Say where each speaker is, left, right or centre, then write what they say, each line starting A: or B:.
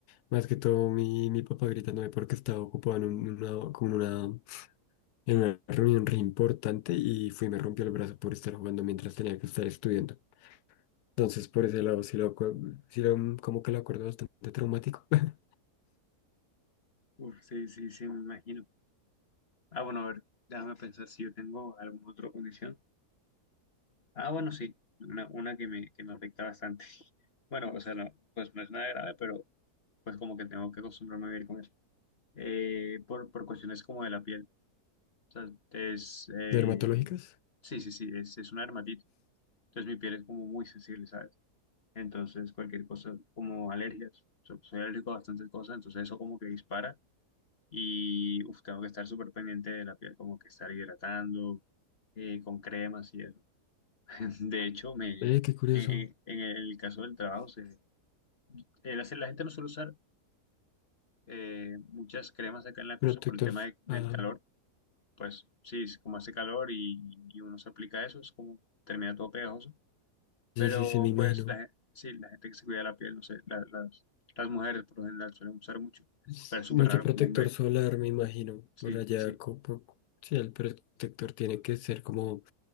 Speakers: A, on the left; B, on the left.
A: más que todo mi, mi papá gritándome porque estaba ocupado en un- una, como en una, en una reunión re importante y fui y me rompió el brazo por estar jugando mientras tenía que estar estudiando. Entonces, por ese lado, sí lo, acue- sí lo, mm, como que lo acuerdo bastante traumático. <laughs>
B: Uf, sí, sí, sí, me imagino. Ah, bueno, a ver, déjame pensar si yo tengo alguna otra condición. Ah, bueno, sí, una, una que me, que me afecta bastante. <laughs> Bueno, o sea, no, pues no es nada grave, pero pues como que tengo que acostumbrarme a vivir con eso. Eh, por, por cuestiones como de la piel. O sea, es, eh,
A: Dermatológicas.
B: sí, sí, sí, es, es una dermatitis. Entonces mi piel es como muy sensible, ¿sabes? Entonces cualquier cosa, como alergias. So- soy alérgico a bastantes cosas, entonces eso como que dispara y uf, tengo que estar súper pendiente de la piel, como que estar hidratando eh, con cremas y eso. <laughs> De hecho, me,
A: Eh,
B: en,
A: qué curioso.
B: en- en el caso del trabajo, se, el hacer- la gente no suele usar eh, muchas cremas acá en la costa
A: Protector.
B: por el tema de- del
A: Ah,
B: calor. Pues sí, es como hace calor y, y uno se aplica eso, es como termina todo pegajoso. Pero
A: sí, sí, sí, me imagino.
B: pues la, gen- sí, la gente que se cuida la piel, no sé, la- las, las mujeres por lo general suelen usar mucho,
A: Es
B: pero es súper
A: Mucho
B: raro
A: protector
B: como hombre.
A: solar, me imagino.
B: Sí,
A: Por allá,
B: sí,
A: co- po- sí, el protector tiene que ser como, o